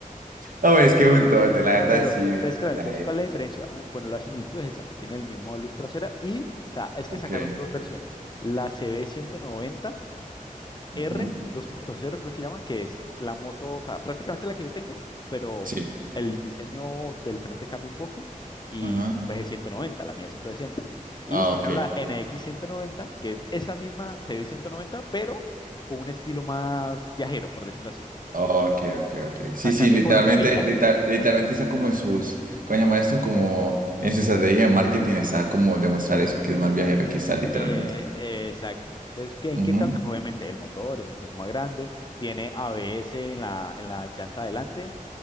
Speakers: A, on the right; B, on the left.
A: No, es que es un tote, la verdad,
B: Pero,
A: sí. es-
B: es claro,
A: Mira,
B: entonces,
A: eh.
B: ¿cuál es la diferencia? Uh, bueno, la similitud es esa, que tiene el mismo luz trasera y, o sea, es que
A: Ok.
B: sacaron dos versiones. La CB190R
A: Ujú.
B: 2.0, creo que llama, que es la moto, o sea, prácticamente la que yo tengo, pero
A: Sí.
B: el diseño del frente cambia un poco y
A: Ajá.
B: pues es 190, la mía es 160. Y
A: Ah,
B: sacaron
A: ok.
B: la NX190, que es esa misma CB190, pero con un estilo más viajero, por decirlo así.
A: Ok, ok, ok. Sí, sí,
B: Cambia
A: literalmente,
B: como la carita.
A: lita- literalmente está como en sus, ¿cómo se llama esto? Como en su estrategia de marketing está como demostrar eso que es más viajero, aquí está literalmente.
B: Eh, eh, exacto. Entonces, ¿qué- ¿en
A: Ujú.
B: qué cambia? Pues, Obviamente el motor es un poco más grande, tiene ABS en la, en la llanta delante,